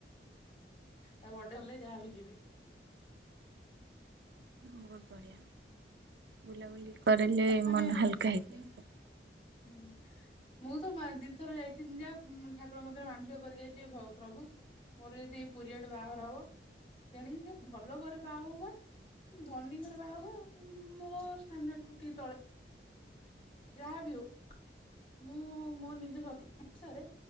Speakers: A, on the left (about 35°); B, on the right (about 75°).
A: ତା <unintelligible> ବଡ ହେଲେ ଯାହା ବି ଯିବି।
B: ବହୁତ ବଢ଼ିଆ ବୁଲାବୁଲି କରଲେ
A: ମାନେ
B: ମନ ହାଲକା ହେଇଯିବ।
A: ହୁଁ ହୁଁ। ମୁଁ ତ ଦି ଥର ଯାଇଥିନି ଯା ଠାକୁର ମଧ୍ୟରେ ମାଧଆ କରି ଯାଇଛି, ପ୍ରଭୁ ମୋର ଯଦି ପିରିୟଡ ବାହାର ହବ ତେଣିକି ଯ ଭଲ ଘରେ ବାହା ବା ଧନୀ ଘରେ ବାହା ବା ମୋ ଷ୍ଟାଣ୍ଡାର୍ଡ ଟିକେ ତଳେ ଯାହା ବି ହଉ ମୁଁ ମୋ ନିଜ ଶକ୍ତି ଅନସାରେ,